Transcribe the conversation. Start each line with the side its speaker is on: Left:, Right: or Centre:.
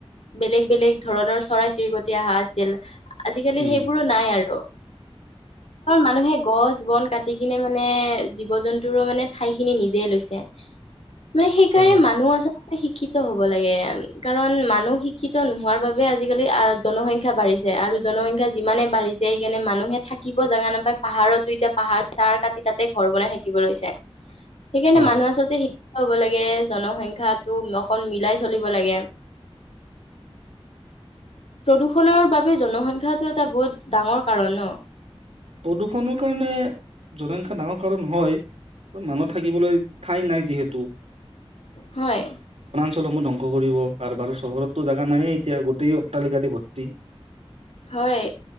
Left: বে- লেগ বেলেগ ধৰণৰ চৰাই চিৰিকটি অহা আছিল। আজিকালি
Right: উম
Left: সেইবোৰো নাই আৰু। মানুহে গছ জীৱন কাটি কিনে মানে জীৱ জন্তুৰো মানে ঠাই খিনি নিজে লৈছে। মানে সেইকাৰণে
Right: হয় হয়
Left: মানুহ আচলতে শিক্ষিত হ'ব লাগে। কাৰণ মানুহ শিক্ষিত নোহোৱাৰ বাবে আজিকালি আহ জনসংখ্যা বাঢ়িছে আৰু জনসংখ্যা যিমানে বাঢ়িছে সেইকাৰণে মানুহে থাকিব জাগা নাপায়। পাহাৰতো এতিয়া পাহাৰ চাৰ কাটি তাতে ঘৰ বনাই থাকিব লৈছে। সেইকাৰণে
Right: হয়
Left: মানুহ আচলতে শি- ক্ষিত হব লাগে, জনসংখ্যটো অকল মিলাই চলিব লাগে। প্ৰদূষণৰ বাবে জনসংখ্যটো এটা বহুত ডাঙৰ কাৰণ ন?
Right: প্ৰদূষণৰ কাৰণে জনসংখ্যা ডাঙৰ কাৰণ হয়। মানুহ থাকিবলৈ ঠাই নাই যিহেতু।
Left: হয়।
Right: সমূহ ধ্বংস কৰিব আৰু বাৰু চহৰতো জাগা নে এতিয়া গোটেই অট্টালিকা দি ভৰ্তি।
Left: হয়।